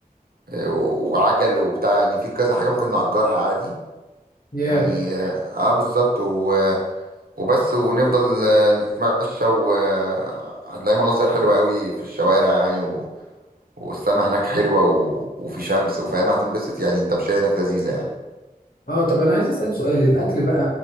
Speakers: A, on the right; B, on the left.
A: آه، وعجل وبتاع يعني في كذا حاجه ممكن نأجرها عادي
B: Yeah.
A: يعني اه آه، بالظبط و... وبس ونفضل آه، نتمشى وهتلاقي مناظر حلوة قوي في الشوارع يعني و... والسما هناك حلوة و... وفي شمس وفاهم هتنبسط يعني التمشية هناك لذيذة يعني
B: اه طب انا عايز اسال سؤال الاكل بقى